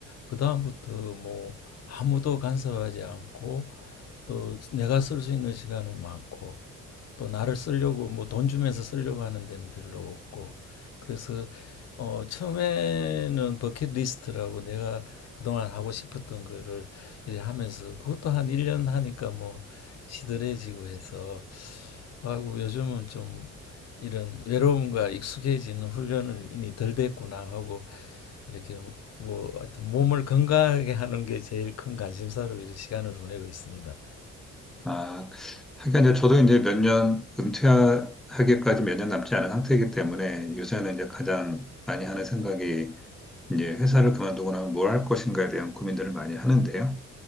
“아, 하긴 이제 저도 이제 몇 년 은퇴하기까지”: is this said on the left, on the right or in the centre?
Centre